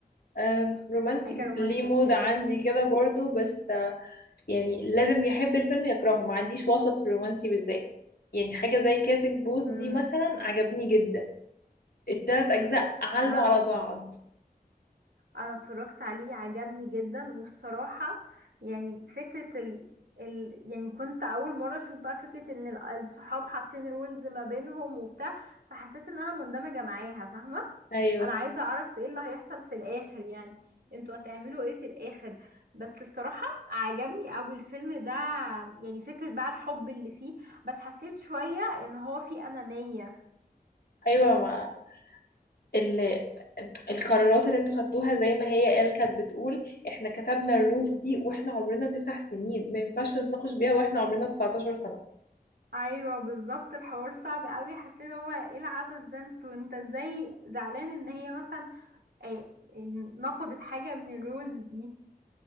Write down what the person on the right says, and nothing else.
حاجه رومانتك
كده
امم
انا
انا اتفرجت عليه عجبني جدا والصراحة يعني فكرة ال... ال... يعني كنت اول مرة اشوف بقى فكرة ان ال- الصحاب حاطين رولز ما بينهم وبتاع فحسيت ان انا مندمجة معاها فاهمة
انا عايزة اعرف ايه اللي هيحصل في الاخر يعني انتوا هتعملوا ايه في الاخر بس الصراحة عجبني اوي الفيلم ده يعني فكرة بقى الحب اللي فيه بس حسيت شوية ان هو فيه انانية
ايوه بالظبط الحوار صعب قوي حسيت هو ايه العبث ده انتوا انت ازاي زعلان ان هي مثلا ايه نقضت حاجه من الرولز دي